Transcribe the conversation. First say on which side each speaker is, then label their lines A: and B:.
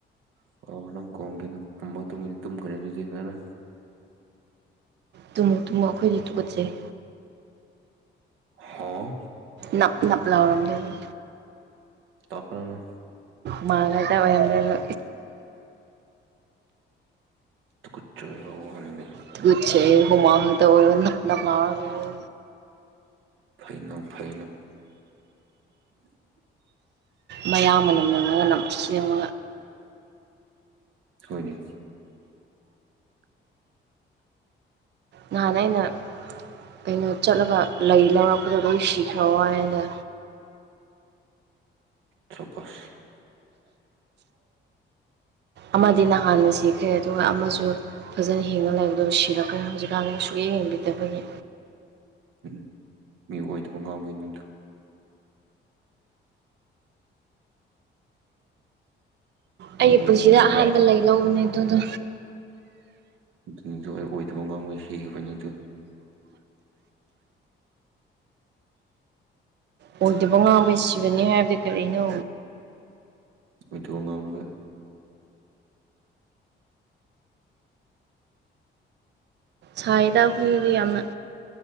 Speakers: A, on the right (about 80°); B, on the right (about 60°).
A: ꯂꯥꯎ ꯅꯪ ꯀꯣꯟꯒꯦꯅꯦ ꯇꯨꯝꯕ ꯊꯦꯝꯕ ꯇꯨꯝꯈꯔꯥꯅꯤ ꯌꯦꯡꯉꯔꯣꯏ
B: ꯇꯨꯝꯃꯣ ꯇꯨꯝꯃꯣ ꯑꯩꯈꯣꯏꯗꯤ ꯊꯨꯀꯠꯆꯩ
A: ꯍꯥꯥ
B: ꯅꯞ ꯅꯞ ꯂꯥꯎꯔꯝꯗꯣꯏꯅꯦ
A: ꯇꯧꯔꯥꯛꯀꯅꯨ
B: ꯃꯥꯥꯡꯉꯗ ꯑꯣꯏꯔꯝꯒꯅꯤ
A: ꯇꯨꯒꯠꯆꯩꯌꯦ ꯋꯥ ꯍꯥꯏꯅꯤꯡꯗꯦ
B: ꯇꯨꯒꯠꯆꯩꯌꯦ ꯍꯨꯃꯥꯡꯉꯥꯛꯇ ꯑꯣꯏꯔꯝꯅꯤ ꯅꯞ ꯅꯞ ꯂꯥꯎꯔꯒ <unintelligible>
A: ꯐꯩꯅꯧ ꯐꯩꯅ <inaudible>
B: ꯃꯌꯥ ꯃꯅꯝꯅ ꯃꯔꯣꯃꯥ ꯅꯝꯊꯤꯕꯅꯦ
A: ꯍꯣꯏꯅꯦ
B: ꯅꯍꯥꯟ ꯑꯩꯅ ꯀꯩꯅꯣ ꯆꯠꯂꯒ ꯂꯩ ꯂꯧꯔꯛꯄꯗ ꯂꯣꯏ ꯁꯤꯈ꯭ꯔ ꯋꯥꯅꯦꯗꯥ
A: ꯈꯄꯨꯁ
B: ꯑꯃꯗꯤ ꯅꯍꯥꯟꯅ ꯁꯤꯈ꯭ꯔꯦ ꯑꯗꯨꯒ ꯑꯃꯁꯨ ꯐꯖꯅ ꯍꯤꯡꯉ ꯂꯩꯕꯗꯣ ꯁꯤꯔꯛꯈꯔ꯭ꯦ ꯍꯧꯖꯤꯛꯀꯥꯟꯗꯤ ꯁꯨꯛꯌꯦꯡ ꯌꯦꯡꯕꯤꯗꯕꯒꯤ
A: ꯎꯝ ꯃꯤ ꯑꯣꯏꯗꯕ ꯉꯥꯡꯕꯩ ꯅꯠꯇꯣ
B: ꯑꯩꯒꯤ
A: ꯃꯤ ꯑꯣꯏꯗꯕ
B: ꯄꯨꯟꯁꯤꯗ
A: ꯉꯥꯡꯕ
B: ꯑꯍꯥꯟꯕ ꯂꯩ ꯂꯧꯕꯅꯦ ꯑꯗꯨꯗꯣ
A: ꯑꯗꯨꯅꯤꯗꯣ ꯑꯣꯏꯗꯕ ꯉꯥꯡꯕꯗ ꯁꯤꯈꯤꯕꯅꯤ ꯑꯗꯨ
B: ꯑꯣꯏꯗꯕ ꯉꯥꯡꯕꯩ ꯁꯤꯕꯅꯤ ꯍꯥꯏꯕꯗꯤ ꯀꯔꯤꯅꯣ
A: ꯑꯣꯏꯗꯕꯥ ꯉꯥꯡꯕ
B: ꯁꯥꯢ ꯗ ꯑꯩꯈꯣꯏꯗꯤ ꯌꯥꯝꯅ